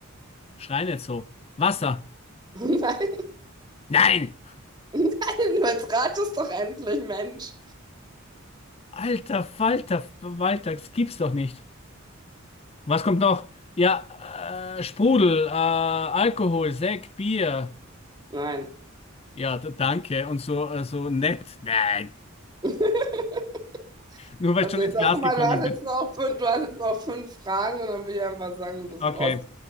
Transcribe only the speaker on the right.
<laughs> nein,
nein. Du jetzt ratest doch endlich, Mensch.
Nein.
<laughs>
Also
ich
sag
mal,
du hast
jetzt noch fünf, du hast jetzt noch fünf Fragen und dann will ich einfach sagen, du bist
raus.